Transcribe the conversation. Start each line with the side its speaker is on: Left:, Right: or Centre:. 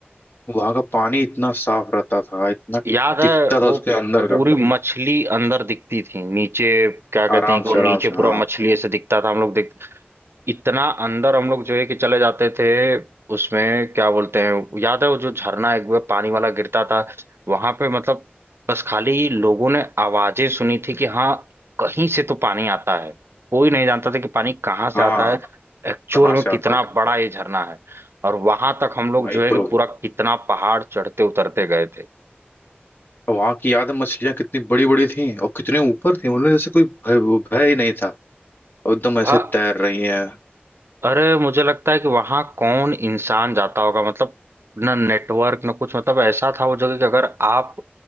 Left: वहां का पानी इतना साफ रहता था इतना
Right: याद है
Left: टिकता था
Right: वो
Left: उसके अंदर
Right: पूरी
Left: का
Right: मछली अंदर दिखती थी नीचे क्या कहते
Left: आराम
Right: हैं कि वो
Left: से
Right: नीचे
Left: आराम से
Right: पूरा
Left: हाँ
Right: मछली ऐसे दिखता था हम लोग इतना अंदर हम लोग जो है कि चले जाते थे उसमें क्या बोलते हैं याद है वो जो झरना एक बार पानी वाला गिरता था वहां पे मतलब बस खाली लोगों ने आवाजें सुनी थी कि हाँ कहीं से तो पानी आता है कोई नहीं जानता था कि पानी कहाँ से
Left: हाँ
Right: आता है एक्चुअल
Left: कहाँ
Right: में
Left: से
Right: कितना
Left: आता
Right: बड़ा ये झरना है और वहां तक हम लोग
Left: वही
Right: जो है
Left: तो
Right: कि पूरा कितना पहाड़ चढ़ते उतरते गए थे
Left: वहां की याद है मछलियां कितनी बड़ी बड़ी थी और कितने ऊपर थी उन्हें जैसे कोई भय वो भय ही नहीं था और एकदम ऐसे
Right: हाँ
Left: तैर रही हैं
Right: अरे मुझे लगता है कि वहां कौन इंसान जाता होगा मतलब ना नेटवर्क ना कुछ मतलब ऐसा था वो जगह कि अगर आप